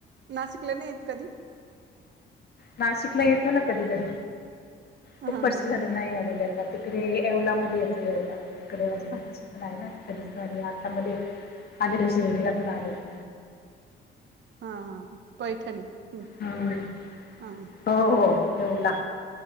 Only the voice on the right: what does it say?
नाशिकला नाही येत कधी?
हा
हा
हा हा पैठणी. हम्म
हा हम्म